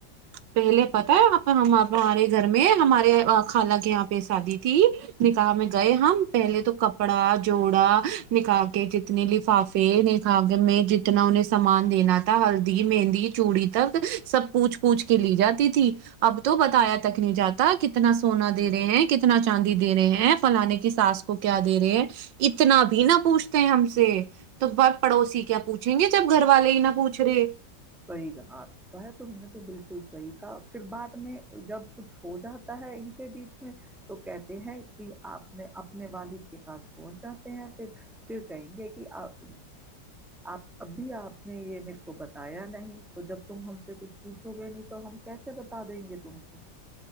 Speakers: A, on the right (about 80°); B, in the centre.
A: پہلے پتا
B: بال-
A: ہے آ پ ہمارے گھر میں ہمارے خانہ کے یہاں پہ شادی تھی ن کہا میں گئے ہم <inaudible> پہلے تو کپڑا جوڑا نکھا کے جتنے لفافے نکھا میں جتنا انہیں سامان دینا تھا ہلدی مہندی چوڑی تک سب پوچھ پوچھ کے لیے جاتی تھی اب تو بتایا تھا <inaudible> نہیں جاتا کتنا سونا دے رہے ہیں کتنا چاندی دے رہے ہیں فلانے کی ساس کو کیا دے رہے ہیں اتنا بھی نہ پوچھتے ہیں ہم سے تو بات پڑوسی کیا پوچھیں گے جب گھر والے ہی نہ پوچھ ت <inaudible>
B: سعید ہے تم نے تو بالکل صحیح کہا پھر بعد میں جب کچھ ہو جاتا ہے ان کے بیچ میں تو کہتے ہیں جی اپ نے اپنے والد کے پاس پہنچ جاتے ہیں پھر کہیں گے کہ اب اپ ابھی اپ نے یہ میرے کو بتا آیا نہیں تو جب تم ہم سے کچھ پوچھو گے نہیں تو ہم کیسے بتا دیں گے تم کو